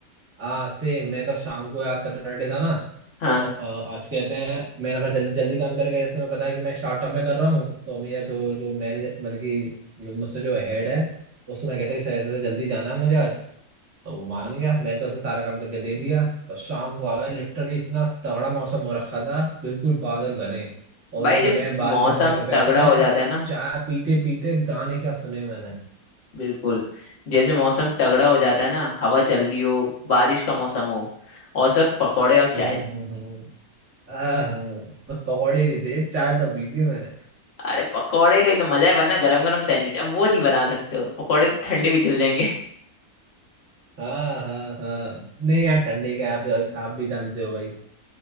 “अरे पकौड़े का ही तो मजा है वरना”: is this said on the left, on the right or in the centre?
Left